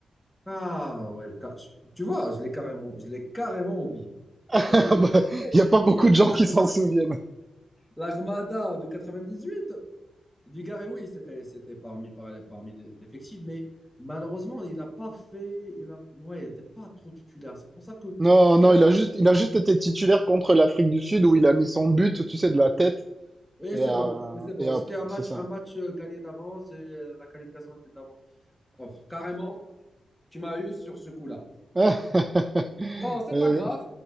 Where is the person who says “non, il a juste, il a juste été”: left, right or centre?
Right